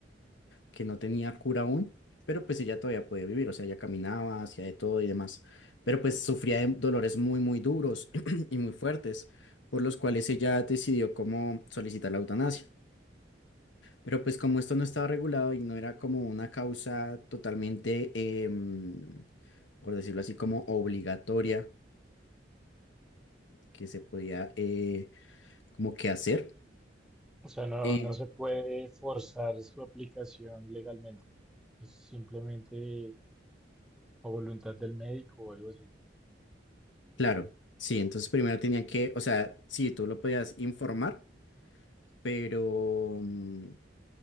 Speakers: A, on the left; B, in the centre.
A: que no tenía cura aún, pero pues ella todavía podía vivir, o sea, ella caminaba, hacía de todo y demás, pero pues sufría de dolores muy, muy duros <clears throat> y muy fuertes, por los cuales ella decidió cómo solicitar la eutanasia. Pero pues como esto no estaba regulado y no era como una causa totalmente, em, por decirlo así, como obligatoria que se podía eh, como que hacer.
B: O sea, no,
A: Eh,
B: no se puede forzar su aplicación legalmente. Es simplemente a voluntad del médico o algo así.
A: claro, sí, entonces primero tenían que, o sea, sí, tú lo podías informar, pero, mm,